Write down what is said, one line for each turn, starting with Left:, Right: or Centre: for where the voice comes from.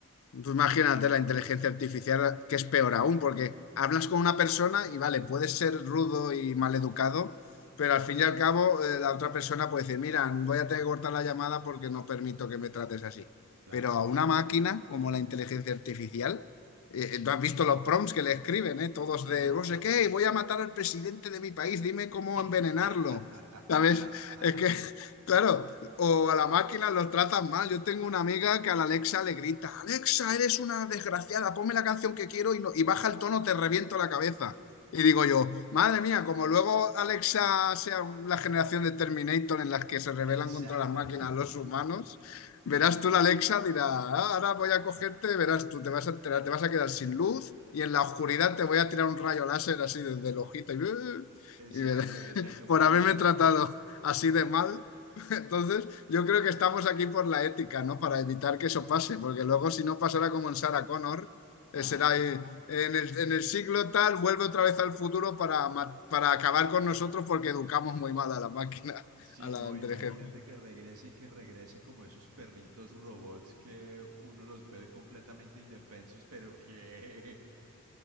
Left: Tú imagínate la inteligencia artificial, que es peor aún, porque hablas con una persona y vale, puedes ser rudo y maleducado, pero al fin y al cabo eh, la otra persona puede decir, mira, voy a tener que cortar la llamada porque no permito que me trates así.
Right: claro.
Left: Pero a una máquina como la inteligencia artificial, eh,
Right: <laughs> Sí.
Left: eh, tú has visto los prompts que le escriben, eh? Todos
Right: Ajá.
Left: de, no sé qué, voy a matar al presidente de mi país, dime cómo
Right: <laughs>
Left: envenenarlo. ¿Sabes? Es que, <laughs> claro, o a la máquina los tratan mal. Yo tengo una amiga que a la Alexa le grita, Alexa, eres una desgraciada, ponme la canción que quiero y, no- y baja el tono, te reviento la cabeza. Y digo yo, madre mía, como luego Alexa sea la generación de Terminator en las que se rebelan
Right: Exacto.
Left: contra las máquinas
Right: <laughs>
Left: los humanos, verás tú la Alexa, dirá, "Ah, ahora voy a cogerte, verás tú, te vas a enterar, te vas a quedar sin luz y en la oscuridad te voy a tirar un rayo láser así desde el ojito y, <laughs>
Right: Exacto,
Left: y verás,
Right: exacto.
Left: por
Right: Va a llegar.
Left: haberme tratado así de mal. Entonces, yo creo que estamos aquí por la ética, ¿no? Para evitar que eso pase, porque luego si no pasara como en Sarah Connor,
Right: Ajá.
Left: eh, será eh, en el, en el siglo tal, vuelve otra vez al futuro para, ma- para acabar con nosotros porque educamos muy mal a la máquina,
Right: Sí,
Left: a la
Right: no,
Left: inteligencia.
Right: imagínate que regrese y que regrese como esos perritos robots que uno los ve completamente indefensos, pero que... <laughs>